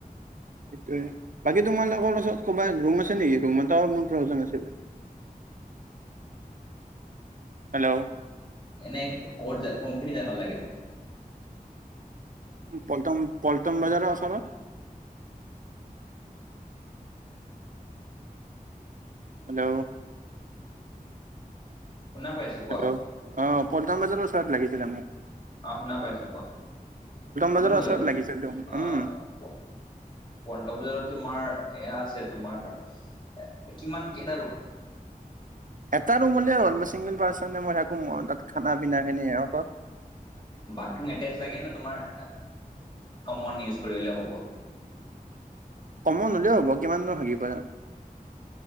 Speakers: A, on the right; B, on the left.
A: সেইটোয়ে। বাকী তোমালোকৰ ওচৰত ক'বাত ৰুম আছে নেকি? ৰুম এটা মোৰ প্ৰয়োজন আছিলে। হেল্ল'
B: এনেই ক'ত কোনখিনি জাগাত লাগে তুমাক?
A: পল্টন পল্টন বজাৰৰ ওচৰত। হেল্ল'
B: শুনা পাইছো। কোৱা
A: হেল্ল' অ, পল্টন বজাৰৰ ওচৰত লাগিছিলে মোক।
B: অ' শুনা পাইছো কোৱা, পল্টন
A: বজাৰৰ
B: বজাৰত?
A: ওচৰত লাগিছিলতো উম
B: অ'। পল্টন বজাৰত তোমাৰ এয়া আছে তোমাৰ। কিমান কেইটা ৰুম?
A: এটা ৰুম হলেই হ'ল। মই চিংগল পাৰ্চনহে মই থাকো ম তাত খানা পিনা খিনি এনেকুৱা।
B: বাথৰুম এটেচ লাগে নে তোমাৰ কমন ইউজ কৰিলে হ'ব?
A: কমন হ'লেও হ'ব কিমাননো হাগিবা।